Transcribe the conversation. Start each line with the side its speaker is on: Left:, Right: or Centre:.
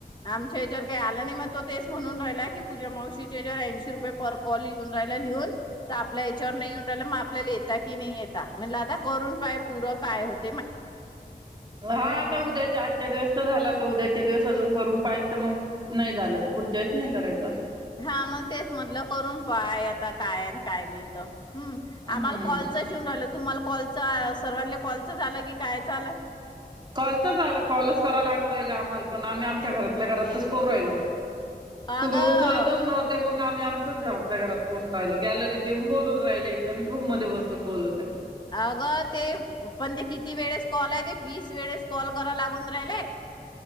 Left: आमच्या ह्याच्यावर काही आला नाही मग तो तेच म्हणून राहिलाय की पूजा मावशीच्याच्यावर ऐंशी रुप ये पर कॉल येन राहिला लिहून तर आपल्या याच्यावर नाही येऊन राहिला मग आपल्याला यता की नाही यता म्हण आता करून पाय पूर काय होत.
Right: हा आता उद्याच्या आजच्या दिवस तर झाला आता उद्याच्या दिवस अजून, करून पाहायचं मग नाही झालं त पुढच्या वेळेस नाही करायचं असं.
Left: हा मग तेच म्हटलं करून पाय, आता काय काय नाही त. हम्
Right: हम्म
Left: आम्हाला कॉलचा ईवून राहिलं तुम्हाला कॉलच सर्वांनी कॉलच आलं की कायच आल.
Right: कॉलचच आलं कॉलच कराव लागू राहिल आम्हाला पण आम्ही आमच्या घरातल्या घरातच करू राहिलो.
Left: अगं
Right: तुम्ही उचलतच नव्हते मग आम्ही आमचच घरातल्या घरात करूण राहिलो गॅलरीत येऊन बोलून राहिले, एक जण रूम मध्ये बसून बोलते.
Left: अगं ते पण ते किती वेळेस कॉलते, ते वीस वेळेस कॉल करा लागून राहिले.